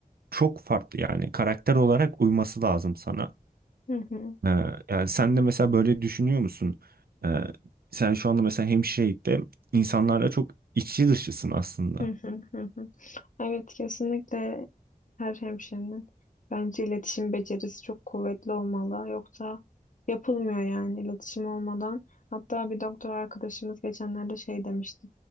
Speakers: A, on the right; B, on the left.
A: çok farklı yani karakter olarak uyması lazım sana.
B: Hı hı.
A: Ee, yani sen de mesela böyle düşünüyor musun? Ee, sen şu anda mesela hemşirelikte insanlarla çok içi dışısın aslında.
B: Hı hı hı hı. Evet kesinlikle her hemşirenin bence iletişim becerisi çok kuvvetli olmalı. Yoksa yapılmıyor yani iletişim olmadan. Hatta bir doktor arkadaşımız geçenlerde şey demişti